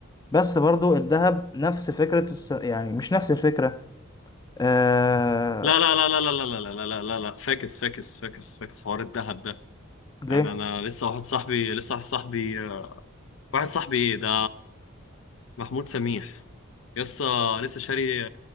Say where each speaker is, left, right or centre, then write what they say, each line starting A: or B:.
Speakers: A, on the left (about 20°); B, on the left (about 75°).
A: بس برضو الذهب نفس فكرة الس... يعني مش نفس الفكرة آه...
B: لا لا لا لا لا لا لا لا لا لا لا لا فاكس فاكس فاكس فاكس حوار الذهب ده
A: ليه؟
B: انا انا لسه واحد صاحبي لسه واحد صاحبي واحد صاحبي ايه ده محمود سميح لسه لسه شاري